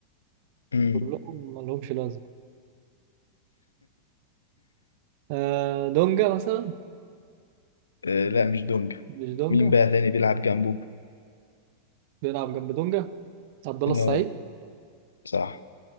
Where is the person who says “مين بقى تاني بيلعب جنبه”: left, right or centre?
Left